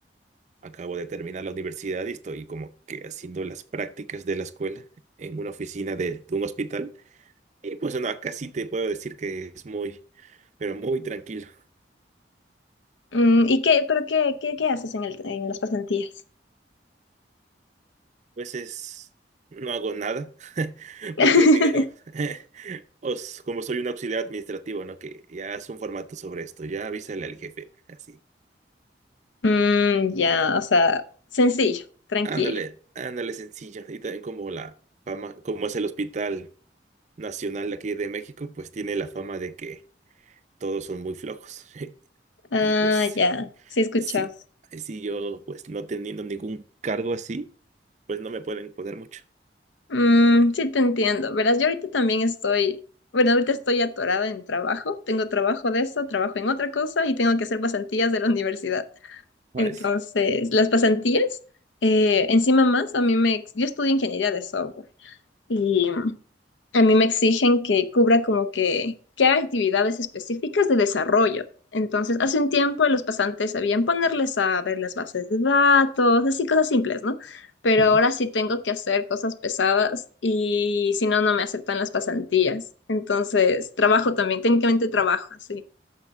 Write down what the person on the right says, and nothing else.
acabo de terminar la universidad y estoy como que haciendo las prácticas de la escuela en una oficina de, de un hospital. Y pues no, acá sí te puedo decir que es muy, pero muy tranquilo.
A veces no hago nada <laughs>
porque digamos... <laughs> os- como soy un auxiliar administrativo, ¿no? Que ya haz un formato sobre esto, ya avísale al jefe, así.
Ándale, ándale sencillo. Y también como la fama, como es el Hospital Nacional de aquí de México, pues tiene la fama de que todos son muy flojos. <laughs>
Y pues,
sí, sí, yo pues no teniendo ningún cargo así, pues no me pueden poner mucho.
¿sabes?
Ujú.